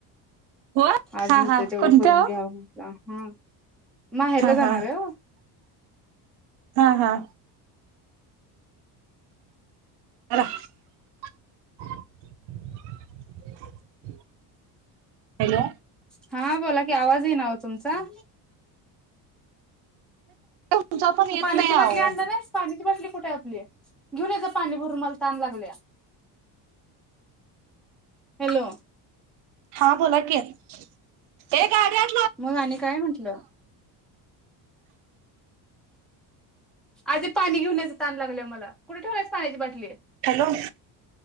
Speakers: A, on the right; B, in the centre.
A: हो
B: आज
A: हा
B: होतय
A: हा
B: तेवढं
A: कोणत्या
B: करून
A: ओ
B: घ्या म्हटला हा. माहेरला
A: हा
B: जाणार
A: हा
B: आहे ओ
A: हा हा! ह <unintelligible> हॅलो!
B: हा बोला की आवाज येई ना ओ तुमचा.
A: तुमचा पण
B: तु
A: येत
B: पाण्याची
A: नाही
B: बाटली
A: आहो
B: आणला नाहीस? पाण्याची बाटली कुठे हाय आपली? घेऊन ये पाणी भरून मला तहान लागल्या. हॅलो!
A: हा बोला की ते काय काय.
B: मग आणि काय म्हंटलं? आधी पाणी घेऊन ये जा तहान लागल्या मला कुठे ठेवलायस पाण्याची बाटली?
A: हॅलो!